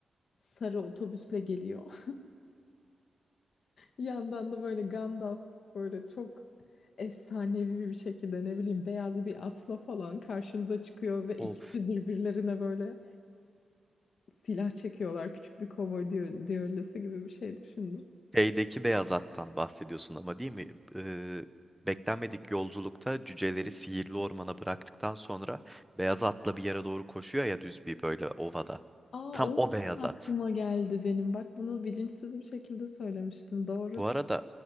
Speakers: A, on the left (about 65°); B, in the centre.
A: Sarı otobüsle geliyor. Yandan da böyle Gandalf böyle çok efsanevi bir şekilde ne bileyim beyaz bir atla falan karşımıza çıkıyor ve ikisi
B: O
A: birbirlerine böyle silah çekiyorlar. Küçük bir kovboy düe- düellosu gibi bir şey düşündüm.
B: şeydeki beyaz attan bahsediyorsun ama değil mi? Ee, beklenmedik yolculukta cüceleri sihirli ormana bıraktıktan sonra beyaz atla bir yere doğru koşuyor ya düz bir böyle ovada.
A: Aa
B: Tam
A: o yüzden
B: o beyaz
A: aklıma
B: at.
A: geldi benim. Bak bunu bilinçsiz bir şekilde söylemiştim. Doğru.
B: Bu arada